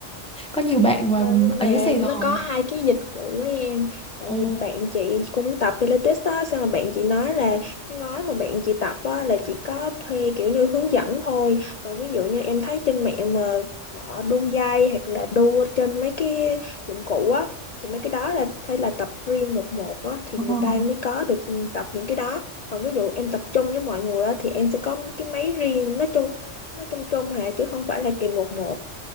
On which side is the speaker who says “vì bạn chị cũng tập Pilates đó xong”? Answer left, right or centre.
Left